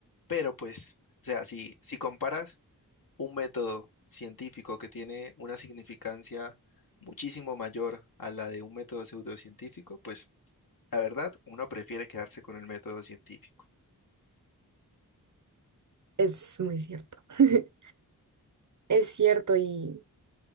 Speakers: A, on the left; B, on the right.
A: Pero pues, o sea, si, si comparas un método científico que tiene una significancia muchísimo mayor a la de un método pseudocientífico, pues la verdad, uno prefiere quedarse con el método científico.
B: Es muy cierto. <laughs> Es cierto y